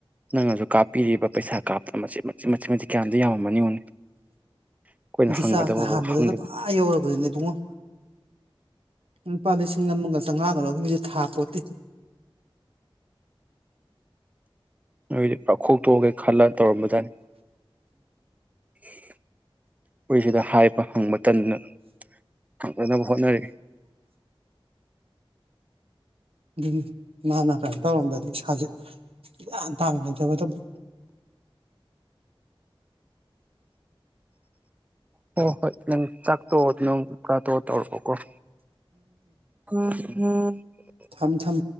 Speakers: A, on the right (about 15°); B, on the right (about 85°).
A: ꯅꯪꯅꯁꯨ ꯀꯥꯞꯄꯤꯔꯤꯕ ꯄꯩꯁꯥ ꯀꯥꯞ ꯃꯆꯦꯠ ꯃꯆꯦꯠ ꯃꯆꯦꯠ ꯃꯆꯤꯠ ꯀꯌꯥꯝꯗꯤ ꯌꯥꯝꯃꯝꯃꯅꯤ ꯌꯦꯡꯉꯣꯅꯤ ꯑꯩꯈꯣꯏꯅ
B: ꯔꯤꯆꯥꯔꯖꯇ
A: ꯍꯪꯒꯗꯕꯧꯍꯪꯗꯦ
B: ꯍꯥꯟꯕꯗꯅ ꯄꯨꯔꯥ ꯌꯧꯔꯕꯅꯤꯅꯦ ꯏꯕꯨꯡꯉꯣ ꯂꯨꯄꯥ ꯂꯤꯁꯤꯡ ꯑꯃꯒ ꯆꯪ ꯂꯒ ꯑꯗꯨꯁꯨ ꯊꯥꯄꯣꯠꯇꯦ
A: ꯑꯩꯗꯤ ꯄꯥꯛꯈꯣꯛ ꯇꯣꯛꯑꯒꯦ ꯈꯜꯂ ꯇꯧꯔꯝꯕꯗꯥꯅꯤ ꯑꯩꯈꯣꯏꯁꯤꯗ ꯍꯥꯏꯕ ꯍꯪꯕ ꯇꯟꯗꯅ ꯐꯪꯅꯅꯕ ꯍꯣꯠꯅꯔꯤ
B: ꯑꯗꯨꯅꯦ ꯃꯅ ꯀꯩꯅꯣ ꯇꯧꯔꯝꯗ꯭ꯔꯗꯤ ꯏꯁꯥꯖꯧ ꯒ꯭ꯥꯌꯟ ꯇꯅ ꯂꯩꯔꯝꯗꯧꯅꯤ
A: ꯍꯣꯏ ꯍꯣꯏ ꯅꯪ ꯆꯥꯛꯇꯣꯛꯑꯣ ꯅꯪ ꯆꯥꯛꯇꯣꯛꯑꯣ ꯇꯧꯔꯛꯑꯣꯀꯣ ꯎ <unintelligible> <inaudible> ꯎꯝ <unintelligible>
B: ꯊꯝ ꯊꯝ